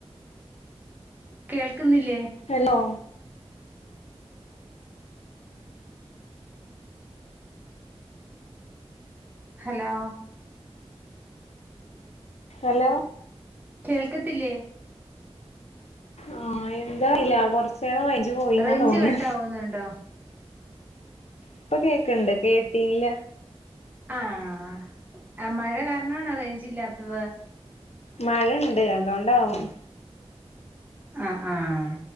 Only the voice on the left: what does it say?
ഹലോ
ഹലോ
ആഹ് എന്താ അറീല കൊറചെരം റൈഞ്ച് ഇജ്ജ് പോയിന്നാ
തോന്നെ
ഇപ്പൊ കേക്കണ്ട് കേട്ടീല്ല
മഴ ഉണ്ട് അതൊണ്ടാവും